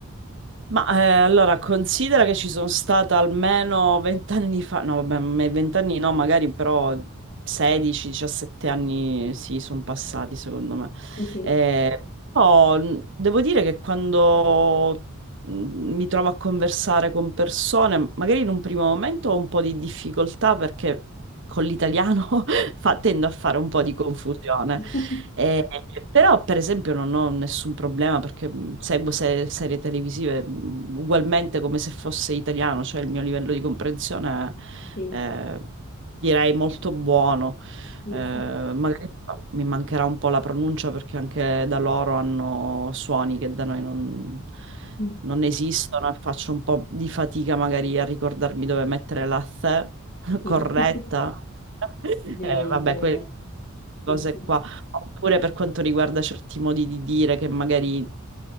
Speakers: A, on the right (about 55°); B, on the left (about 40°).
A: Ma eh, allora considera che ci sono stata almeno vent'anni fa, no vabbè, ma- vent'anni no, magari però 16-17 anni sì, sono passati secondo me.
B: Sì.
A: Eh, però mh, devo dire che quando mh, mi trovo a conversare con persone, magari in un primo momento ho un po' di difficoltà perché con l'italiano <laughs> fa- tendo a fare un po' di confusione.
B: <laughs>
A: Eh, però, per esempio, non ho nessun problema perché mh, seguo se- serie televisive mh, ugualmente come se fosse italiano, cioè il mio livello di comprensione
B: Sì,
A: è, eh, direi molto buono.
B: sì,
A: Eh,
B: sì.
A: magari mi mancherà un po' la pronuncia perché anche da loro hanno suoni che da noi non,
B: Mm,
A: non esistono e faccio un po' di fatica magari a ricordarmi dove mettere la th <laughs>
B: sì.
A: corretta.
B: <laughs> Vero,
A: Eh, vabbè,
B: vero.
A: quelle cose
B: Sì, sì.
A: qua. Oppure per quanto riguarda certi modi di dire che magari